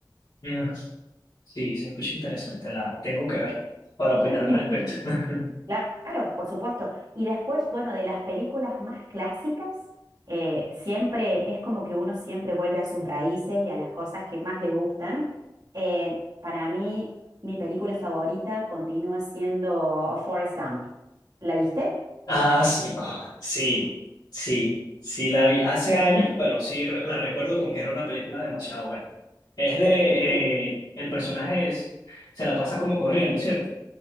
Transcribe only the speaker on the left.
Mm. Sí, se escucha interesante. La tengo
que ver para opinar al respecto.
<laughs>
Ah, sí, ah, sí, sí, sí la vi hace años, pero sí re- la recuerdo porque era una película demasiado buena. Es de,
eh, el personaje es, se la pasa como corriendo, ¿cierto?